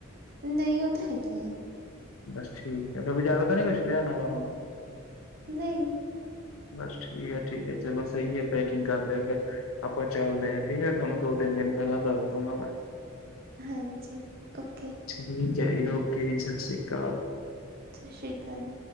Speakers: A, on the right; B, on the left.
A: ਨਈਂ, ਓ ਤਾ ਹੈਗੀਆ।
B: ਬਸ ਠੀਕ ਐ, ਫੇਰ ਬਜਾਰੋ ਤਾਂ ਨੀ ਕੁਛ ਲਿਆਣਾ ਵਾਲਾ ਹੋਣਾ?
A: ਨਈਂ।
B: ਬਸ ਠੀਕੈ-ਠੀਕੈ ਚਲੋ ਸਈ ਐ, ਪੈਕਿੰਗ ਕਰ ਲਓ ਫੇਰ ਆਪਾਂ ਚੱਲਦੇ ਆਂ। ਠੀਕ ਐ ਤੁਆਨੂੰ ਦੋ-ਤਿੰਨ ਦਿਨ ਪੈ ਲਾਂ ਦੱਸ ਦੂੰਗਾ ਮੈਂ।
A: ਹਾਂਜੀ, ਓਕੇ।
B: ਠੀਕੈ ਜੀ ਓਕੇ ਜੀ, ਸਤਿ ਸ਼੍ਰੀ ਅਕਾਲ।
A: ਸਤਿ ਸ਼੍ਰੀ ਅਕਾਲ।